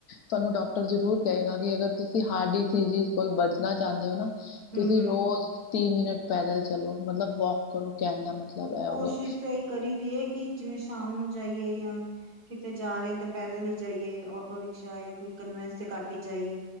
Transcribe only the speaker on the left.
ਤੁਹਾਨੂੰ ਡਾਕਟਰ ਜ਼ਰੂਰ ਕਹੇਗਾ ਕਿ ਅਗਰ ਤੁਸੀਂ ਹਾਰਟ ਡਿਸੀ ਕੋਲ ਬਚਣਾ ਚਾਹੁੰਦੇ ਹੋ ਨਾ ਤੁਸੀਂ
ਰੋਜ਼ ਤੀਹ ਮਿੰਟ ਪੈਦਲ ਚਲੋ ਮਤਲਬ ਵੋਕ ਕਰੋ ਕਹਿਣ ਦਾ ਮਤਲਬ ਇਹ ਹੋ
ਗਿਆ